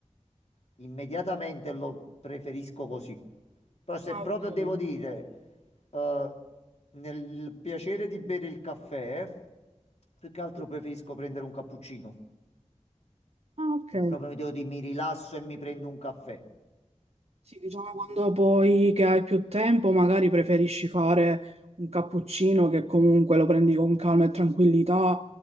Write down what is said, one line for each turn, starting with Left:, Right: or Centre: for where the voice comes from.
Left: immediatamente lo preferisco così. Però se
Right: Ah,
Left: proprio
Right: ok.
Left: devo dire, eh, nel piacere di bere il caffè, più che altro
Right: Sì.
Left: preferisco prendere un cappuccino.
Right: Ah, ok.
Left: Se proprio mi devo dire, mi rilasso e mi prendo un caffè.
Right: Sì, diciamo quando poi che hai più tempo, magari preferisci fare un cappuccino che comunque lo prendi con calma e tranquillità,